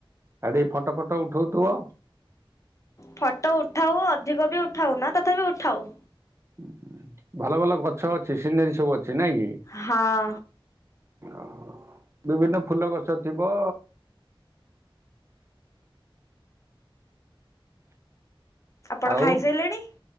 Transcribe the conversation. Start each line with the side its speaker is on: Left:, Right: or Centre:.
Right: ଆଡେ ଫଟ ଫଟ ଉଠୋଉଥିବ।
Left: ଫଟ ଉଠାଉ ଅଧିକ ବି ଉଠାଉ ନା ତଥାପି ଉଠାଉ।
Right: ଉଁ ହୁଁ ଭଲ ଭଲ ଗଛ ଅଛି। ସିନେରୀ ସବୁ ଅଛି ନାଇଁ କି?
Left: ହଁ।
Right: ଅହ--ବିଭିନ୍ନ ଫୁଲ ଗଛ ଥିବ।
Left: ଆପଣ
Right: ଆଉ
Left: ଖାଇସାରିଲେଣି